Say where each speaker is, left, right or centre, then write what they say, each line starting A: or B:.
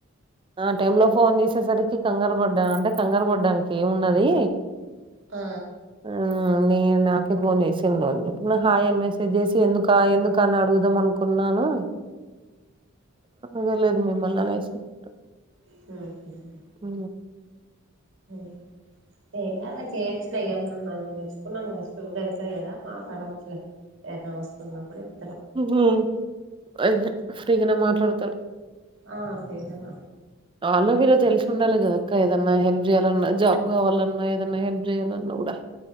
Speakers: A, on the right; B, on the right.
A: ఆ టైమ్ లో ఫోన్ చేసేసరికి కంగారు పడ్డా అంటే కంగారు పడ్డానికి ఏమున్నది
B: ఆ
A: ఆ నేన్ నాకే ఫోన్ చేసిండు వాళ్ళు హాయ్ అని మెసేజ్ చేసి ఎందుకా ఎందుకా అని అడుగుదాం అనుకున్నాను అనగ లేదు మిమ్మల్ని అనేసి అట
B: ఉహ్మ్
A: ఉ
B: ఉమ్ ఏం కాదులే చేయొచ్చులే ఇక మనం నేర్చుకున్నాం కదా స్టూడెంట్సే కదా మాట్లాడొచ్చులే ఏదైనా అవసరం ఉన్నప్పుడే చెప్తా
A: ఉహ్మ్ అ గానే ఫ్రీగానె మాట్లాడుతాడు
B: ఆ ఫ్రీనే మా
A: వాళ్ళో వీళ్ళో తెలిసి ఉండాలి కదా అక్క ఏదన్నా హెల్ప్ చేయాలన్నా జాబ్ కావాలన్నా ఏదన్నా హెల్ప్ చేయాలన్నా కూడా